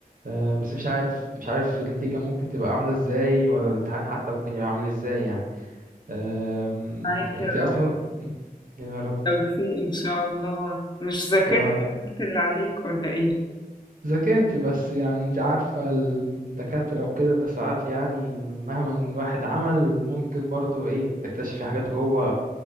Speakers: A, on the right; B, on the left.
A: آه، بس مش عارف مش عارف النتيجة ممكن تبقى عاملة ازاي ولا الامتحان حتى ممكن يبقى عامل ازاي يعني آم،
B: معاك
A: انتي
B: يا رب
A: اصلا يا رب
B: توفيق ان شاء الله مش ذاكرت
A: يا رب
B: عملت اللي عليك ولا ايه
A: ذاكرت بس يعني انت عارفة الدكاترة وكده ساعات يعني مهما الواحد عمل ممكن برضو ايه تكتشفي حاجات جوه